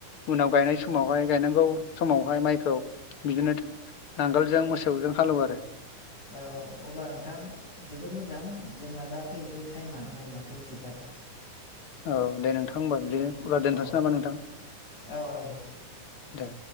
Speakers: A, on the left (about 50°); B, on the left (about 70°).
A: उनाव गायनाय समावहाय गायनांगौ समावहाय माइखौ बिदिनो नांगालजों मोसौजों हालौवो आरो
B: औ औ अब्ला नोंथां जोबोद मोजां जोंना दा फैयै फैयै टाइमा नै माथो जोबबाय <inaudible>
A: औ दे नोंथां होमबा बिदिनो अब्ला दोनथ'नोसै
B: औ
A: नामा नोंथां
B: औ औ दे
A: दे